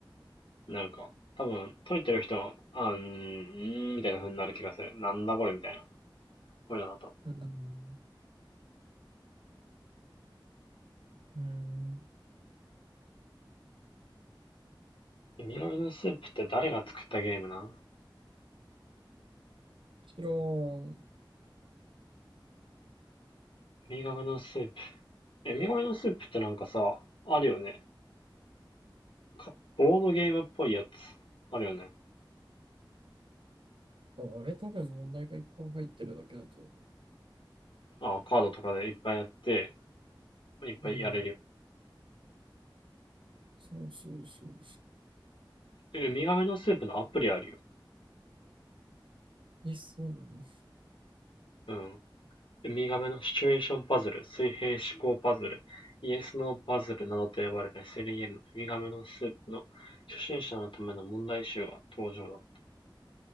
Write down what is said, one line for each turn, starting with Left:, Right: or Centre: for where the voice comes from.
Left: なんか、多分、解いてる人も、あー、うーん、みたいな風になる気がする。なんだこれみたいな。こういうのだと。
Right: うんうーん。
Left: ウミガメのスープって誰が作ったゲームなんウ
Right: 知らん。
Left: ミガメのスープ。えウミガメのスープってなんかさ、あるよね。かボードゲームっぽいやつ。あるよね。
Right: あ、あれ多分問題がいっぱい入ってるだけだと思
Left: あー、カードとかでいっぱいやって、いっぱいやれるよ。
Right: う。うん。
Left: ウ
Right: そうそうそうそ
Left: え、ウミガメのスープのアプリあるよ。
Right: う。え、そうなの
Left: うん。ウミガメのシチュエーションパズル、水平思考パズル、イエス・ノーパズルなどと呼ばれる SLEM、ウミガメのスープの初心者のための問題集が登場だっ